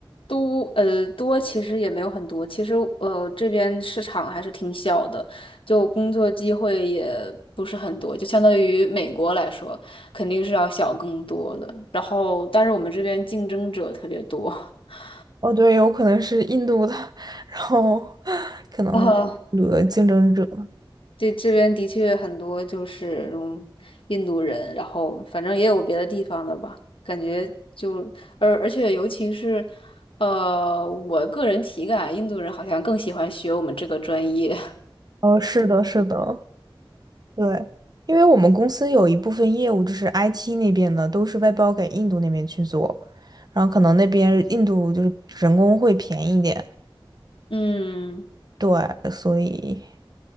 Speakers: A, on the left; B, on the right.
A: 都呃多其实也没有很多，其实呃这边市场还是挺小的，就工作机会也不是很多，就相当于美国来说，肯定是要小更多的。然后，但是我们这边竞争者特别多。<laughs>
B: 哦，对，有可能是印度的，<laughs> 然后可能印竞争者。
A: 啊，对，这边的确很多就是嗯印度人，然后反正也有别的地方的吧，感觉就而而且尤其是，呃，我个人体感啊，印度人好像更喜欢学我们这个专业，
B: 哦，是的，是的，对，因为我们公司有一部分业务就是 IT 那边的，都是外包给印度那边去做，然后可能那边印度就是人工会便宜一点，
A: <laughs> 嗯，
B: 对，所以，